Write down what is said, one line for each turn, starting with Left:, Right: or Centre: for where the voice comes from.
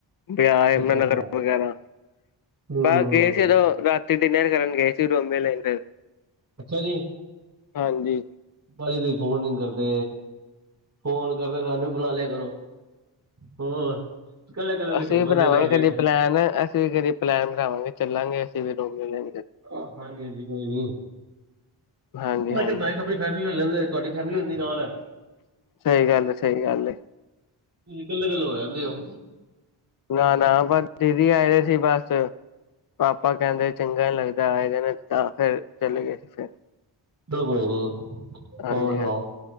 Left: ਬਾਜ਼ਾਰ ਯਮਨਾ
Right: ਅੱਛਾ-ਅੱਛਾ,
Left: ਨਗਰ ਵਗੈਰਾ
Right: ਹੂੰ-ਹੂੰ।
Left: ਬਾਰ ਗਏ ਸੀ ਜਦੋਂ ਰਾਤੀਂ ਡਿਨਰ ਕਰਨ ਗਏ ਸੀ ਰੋਮਯੋ ਲੇਨ ਦੇ
Right: ਅੱਛਾ ਜੀ।
Left: ਹਾਂਜੀ
Right: ਭਾਜੀ ਤੁਸੀਂ ਫੋਨ ਨੀ ਕਰਦੇ ਫੋਨ ਕਰਦੇ ਸਾਨੂੰ ਵੀ ਬੁਲਾ ਲਿਆ ਕਰੋ ਹੋਰ ਕੱਲੇ-ਕੱਲੇ ਤੁਸੀਂ
Left: ਅਸੀਂ
Right: ਘੁੰਮਣ
Left: ਵੀ ਬਣਾਵਾਂਗੇ
Right: ਦੇ ਜਾ ਕੇ।
Left: ਕਦੀ ਪਲੈਨ ਅਸੀਂ ਵੀ ਕਦੀ ਪਲੈਨ ਬਣਾਵਾਂਗੇ ਚੱਲਾਂਗੇ ਅਸੀਂ ਵੀ ਦੋ ਮਹੀਨੇ
Right: ਆਹੋ ਹਾਂਜੀ-ਹਾਂਜੀ ਕੋਈ ਨੀ
Left: ਹਾਂਜੀ-ਹਾਂਜੀ,
Right: ਮੈਂ ਚੱਲ ਆਪਣੀ ਫੈਮਲੀ ਲੈ ਲੈਂਦੇ ਤੁਹਾਡੀ ਫੈਮਿਲੀ ਹੁੰਦੀ ਨਾਲ
Left: ਸਹੀ ਗੱਲ ਐ ਸਹੀ ਗੱਲ ਐ
Right: ਕੱਲੇ ਕੱਲੇ ਹੋ <unintelligible> ਹੋ
Left: ਨਾ-ਨਾ ਬਸ ਦੀਦੀ ਆਏ ਦੇ ਸੀ ਬਸ ਪਾਪਾ ਕਹਿੰਦੇ ਚੰਗਾ ਨੀ ਲੱਗਦਾ ਆਏ ਦਿਨ ਤਾਂ ਫਿਰ ਚਲੇ ਗਏ ਸੀ ਫਿਰ
Right: ਚਲੋ ਕੋਈ ਨਹੀਂ
Left: ਹਾਂਜੀ
Right: ਹੋਰ ਸੁਣਾਓ
Left: ਹਾਂ